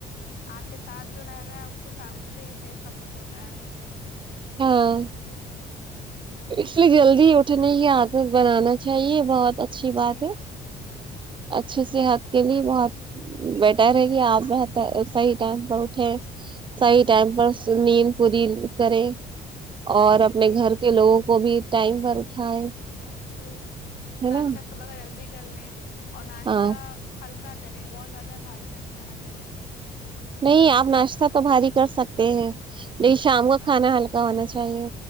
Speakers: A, on the left; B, on the right.
A: آپ کے ساتھ جو رہتا ہے اس کےاتھ اس سے ہی سے سب کچھ ہوتا ہے
B: ہاں اس لیے جلدی اٹھنے کی عادت بنانا چاہیے بہت اچھی
A: صحیح
B: بات ہے اچھی صحت کے لیے بہت بیٹر رہ کہی آپ رہ صحیح ٹائم پر اٹھے صحیح ٹائم پر نید پورل اکر اور اپنے
A: صحیح
B: گھر کے لوگوں کو بھی ٹائم پر اٹھائے
A: صی
B: ہے
A: ناشتہ
B: نا
A: صبح کا جلدی کر لیں اور ناشتہ
B: ہاں
A: ہلکا کریں بہت زیادہ بھاری ناشتہ نہ کریں
B: نہیں آپ ناشتہ تو بھاری کر سکتے ہیں نہیں شام کا کھانا ہلکا ہونا چاہیے